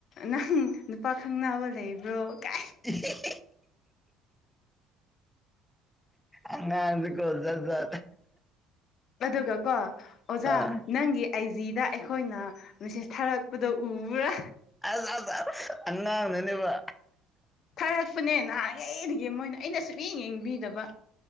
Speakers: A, on the left; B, in the centre.
A: ꯅꯪ ꯅꯨꯄꯥ ꯈꯪꯅꯕ ꯂꯩꯕ꯭ꯔꯣ ꯀ
B: ꯎ ꯑꯉꯥꯡꯗꯤ ꯀ ꯆ ꯆ
A: ꯑꯗꯨꯒ ꯀꯣ ꯑꯣꯖꯥ
B: ꯑꯥ
A: ꯅꯪꯒꯤ ꯑꯥꯏ ꯖꯤꯗ ꯑꯩꯈꯣꯏꯅ ꯃꯦꯁꯦꯁ ꯊꯥꯔꯛꯄꯗ ꯎꯕ꯭ꯔꯥ
B: ꯑꯁ ꯑꯁ ꯑꯉꯥꯡ ꯅꯅꯦꯕ
A: ꯊꯥꯔꯛꯄꯅꯦ ꯅꯍꯥꯟꯉꯩꯗꯒꯤ ꯃꯣꯏꯅ ꯑꯩꯅ ꯁꯨ ꯌꯦꯡ ꯌꯦꯡꯕꯤꯗꯕ